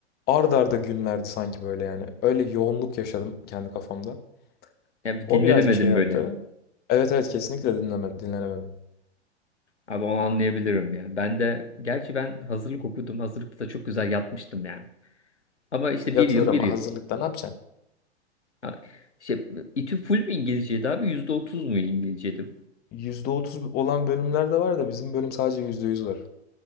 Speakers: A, on the left; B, on the left.
A: ard arda günlerdi sanki böyle yani. Öyle yoğunluk yaşadım kendi kafamda.
B: Ya bir
A: O
B: dinlenemedim
A: birazcık şey yaptı.
B: böyle.
A: Evet evet kesinlikle dinleme, dinlenemedim.
B: Abi onu anlayabilirim ya. Ben de gerçi ben hazırlık okudum. Hazırlıkta da çok güzel yatmıştım yani. Ama işte
A: Yatılır
B: bir yıl
A: ama
B: bir yıl.
A: hazırlıkta ne yapacaksın?
B: Ha, İşte İTÜ full mü İngilizceydi abi? Yüzde otuz mu İngilizceydi?
A: %30 olan bölümler de var da bizim bölüm sadece %100 var.